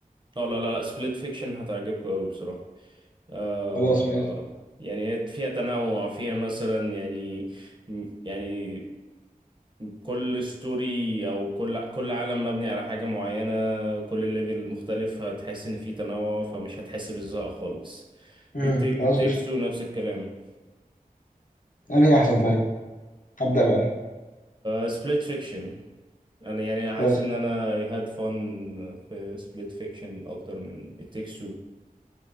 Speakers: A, on the right; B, on the left.
A: اه لا لا لا سبليت فيكشن هتعجبكم قوي بصراحة آه
B: خلاص ماشي
A: يعني هي فيها تنوع فيها مثلا يعني يعني كل ستوري او كل كل عالم مبني على حاجة معينة كل ليفل مختلف هتحس ان في تنوع فمش هتحس بالزهق خالص
B: مم.
A: التيك
B: خلاص
A: تيكس
B: قشطه
A: تو نفس الكلام
B: انهي احسن طيب ابدا بقى أنهي.
A: سبليت فيكشن انا يعني حاسس
B: خلاص
A: ان انا I had fun في سبليت فيكشن اكتر من It Takes Two